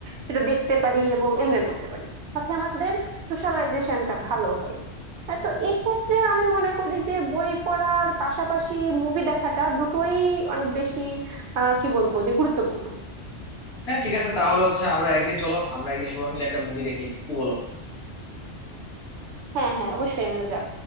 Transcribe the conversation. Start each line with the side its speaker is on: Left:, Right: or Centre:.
Right: সেটা দেখতে পারি এবং এনজয় করতে পারি সাথে আমাদের সোশ্যালাইজেশনটা ভালো হয় আহ, তো এক্ষেত্রে আমি মনে করি যে বই পড়ার পাশাপাশি মুভি দেখাটা দুটোই অনেক বেশি আহ কি বলবো যে গুরুত্বপূর্ণ
Left: হ্যাঁ ঠিক আছে তাহলে হচ্ছে আমরা একদিন চলো আমরা একদিন সবাই মিলে একটা মুভি দেখি কি বলো
Right: হ্যাঁ হ্যাঁ অবশ্যই আমরা যাব